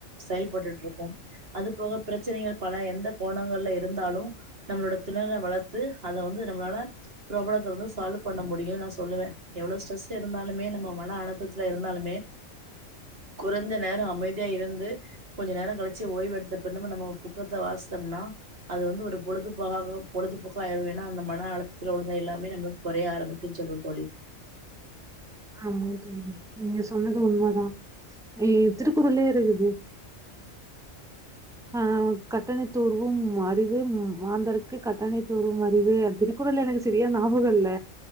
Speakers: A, on the right; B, in the centre.
A: செயல்பட்டுட்டு இருக்கு அதுபோக பிரச்சனைகள் பல எந்த கோணங்கள்ல இருந்தாலு நம்மளோட திறன வளர்த்து அத வந்து நம்மளால ப்ராப்ளத்த வந்து சால்வ் பண்ண முடியுனு நா சொல்லுவேன் எவ்ளோ ஸ்ட்ரஸ் இருந்தாலுமே நம்ம மன அழுத்தத்துல இருந்தாலு குறைந்த நேரோ அமைதியா இருந்து கொஞ்சோ நேரோ கழிச்சி ஓய்வு எடுத்த பின்னமு நம்ம புக்கத்த வாசிச்சம்னா அது வந்து ஒரு பொழுதுபோ பொழுதுபோக்கா ஆயிரு ஏனா அந்த மன அழுத்தத்துல உள்ள எல்லாமே நமக்கு கொறைய ஆரம்பிக்குன்னு சொல்லுவன் தோழி
B: ஆமா தோழி நீங்க சொன்னது உண்மதான் இ திருக்குறள்லயே இருக்குது ஆ கட்டணைத் தூர்வும் அறிவு மாந்தருக்கு கட்டணை தூரும் அறிவு திருக்குறள எனக்கு சரியா ஞாபகோ இல்ல